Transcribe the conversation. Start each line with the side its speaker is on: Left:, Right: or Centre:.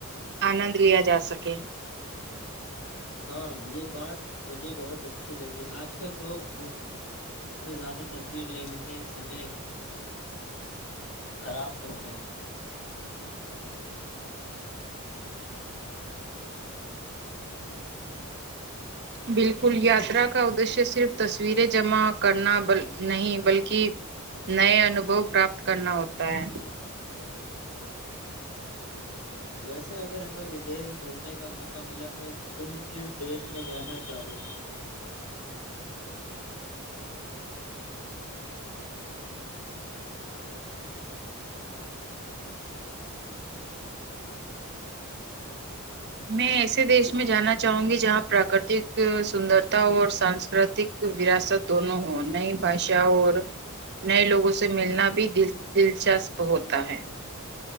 Right: آنند لیا جا سکتا اوکے
Left: ہاں یہ بات مجھے بہت اچھی لگی آج کل لوگ گھومنے سے زیادہ تصویر لینے میں سمے خراب کرتے ہیں
Right: بالکل یاترا کا ادشیہ صرف تصویریں جمع کرنا نہیں بلکہ نئے انوبھو پراپت کرنا ہوتا ہے
Left: ویسے اگر ہمیں ودیش گھومنے کا موقع ملا تو تم کس دیش میں جانا چاہو گی
Right: میں ایسے دیش میں جانا چاہوں گی جہاں پراکرتک سندرتا اور سانسکرتک وراثت دونوں ہوں نئی بھاشا اور نئے لوگوں سے ملنا بھی دلچسپ ہوتا ہے